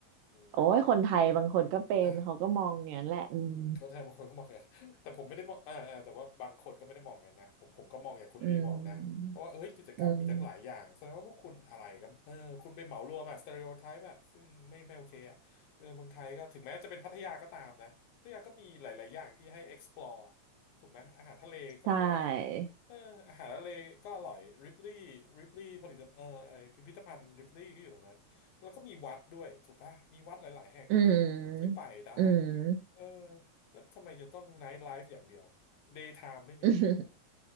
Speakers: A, on the left; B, on the right.
A: อืม
B: โอ้ยคนไทยบางคนก็เป็นเขาก็มองอย่างนั้นแหละอืม
A: อ่ะ เข้าใจบางคนก็มองอย่างนั้น <laughs> แต่ผมไม่ได้มองอ่าอ่าแต่ว่าบางคนก็ไม่ได้มองอย่างนั้นนะผมผมก็มองอย่างคุณลี่มองนะเพราะว่าเฮ้ยกิจกรรมมีทั้งหลายอย่างแสดงว่าพวกคุณอะไรกันเออคุณไปเหมารวมอะสเตอริโอไทป์อะซึ่งไม่ไม่โอเคอะเออเมืองไทยก็ถึงแม้จะเป็นพัทยาก็ตามนะพัทยาก็มีหลายๆอย่างที่ให้
B: อืมอืม
A: explore อะถูกไหมอาหารทะเลก็อร่อย
B: ใช่
A: เอออาหารทะเลก็อร่อยริปลี่ริปลี่ผลิตเออไอพิพิธภัณฑ์ริปลี่ก็อยู่ตรงนั้นแล้วก็มีวัดด้วยถูกปะมีวัดหลายๆแห่งเลย
B: อืมอืม
A: ที่ไปได้อะเออ แล้วทำไมจะต้องไนท์ไลฟ์อย่างเดียวเดย์ไทม์ไม่มีเหรอ่ะ
B: <laughs>